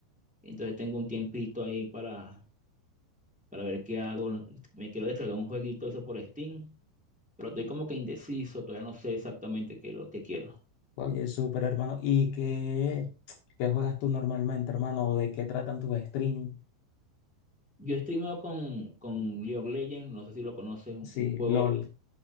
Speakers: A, in the centre; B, on the left.
A: entonces tengo un tiempito ahí para, para ver qué hago. No- Me quiero descargar un jueguito eso por Steam, pero estoy como que indeciso, todavía no sé exactamente qué es lo que quiero.
B: Oye, súper, hermano. ¿Y qué, qué juegas tú normalmente, hermano? ¿O de qué tratan tus streams?
A: Yo streameo con, con League of Legends, no sé si lo conoces, un
B: Sí,
A: un juego
B: LOL.